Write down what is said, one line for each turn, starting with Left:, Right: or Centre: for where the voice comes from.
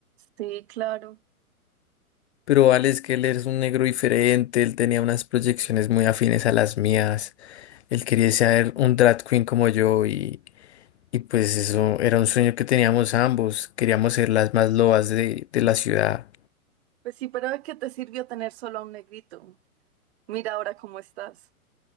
Right: Sí, claro.
Left: pero Vale es que él es un negro diferente, él tenía unas proyecciones muy afines a las mías, él quería ser un drag queen como yo y, y pues eso era un sueño que teníamos ambos, queríamos ser las más lobas de, de la ciudad.
Right: Pues sí, pero ¿de qué te sirvió tener solo a un negrito? Mira ahora cómo estás.